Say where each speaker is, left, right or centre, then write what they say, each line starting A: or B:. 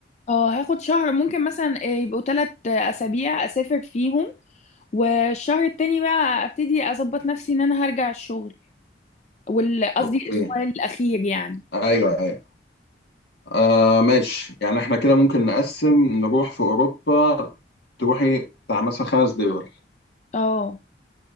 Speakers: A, on the left (about 35°); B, on the left (about 60°).
A: اه هاخد شهر ممكن مثلا آه، يبقوا ثلاث اسابيع اسافر فيهم والشهر التاني بقى ابتدي اظبط نفسي ان انا هرجع الشغل وال- قصدي
B: اوكي
A: الاسبوع الاخير يعني
B: ايوه ايوه آه ماشي يعني احنا كده ممكن نقسم نروح في اوروبا تروحي بتاع مثلا خمس دول
A: اه